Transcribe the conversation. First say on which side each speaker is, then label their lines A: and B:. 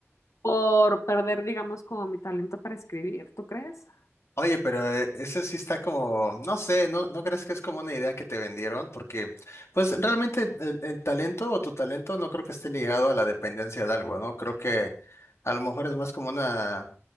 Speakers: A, on the left; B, on the left.
A: por perder, digamos, como mi talento para escribir, ¿tú crees?
B: Oye, pero eh, ese sí está como, no sé, ¿no, no crees que es como una idea que te vendieron? Porque, pues realmente el, el talento o tu talento no creo que esté ligado a la dependencia de algo, ¿no? Creo que a lo mejor es más como una,